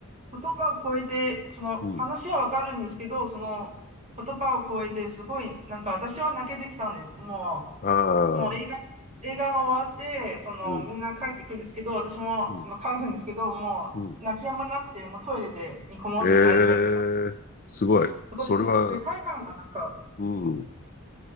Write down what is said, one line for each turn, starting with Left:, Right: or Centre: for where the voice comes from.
Right: 言葉を超えて、その話はわかるんですけど、
Left: うん。
Right: その言葉を超えてすごいなんか私は泣けてきたんです。も
Left: ああ、
Right: う、もう映画、映画が終わって、そのみんな帰っていくんですけど、
Left: うん、
Right: 私もその帰るんですけど、
Left: うん、
Right: もう泣き止まなくて、
Left: うん。
Right: もうトイレでにこもって泣いてたから、
Left: ええ、すごい。
Right: すごいせ世界観がなんか、
Left: それはうん、